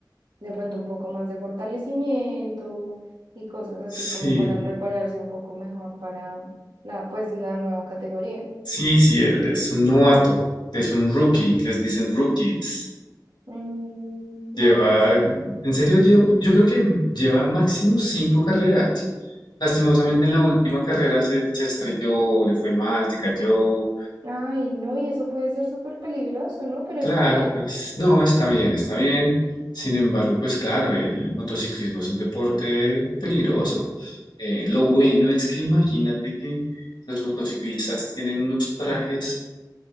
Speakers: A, on the right (about 75°); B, on the left (about 80°).
A: de pronto un poco más de fortalecimiento y cosas así
B: Sí,
A: como para prepararse un poco mejor para la, pues, la nueva categoría.
B: sí, sí, él es un novato, es un rookie, les dicen rookies.
A: Mm, claro,
B: Lleva,
A: sí.
B: en serio, yo, yo creo que lleva máximo cinco carreras. Lastimosamente en la última carrera se, se estrelló, le fue mal, se cayó.
A: Ay, no, y eso puede ser súper peligroso, ¿no? Pero
B: Claro,
A: está bien.
B: pues no, está bien, está bien. Sin embargo, pues claro, el motociclismo es un deporte peligroso. Eh, lo bueno es que imagínate que los motociclistas tienen unos trajes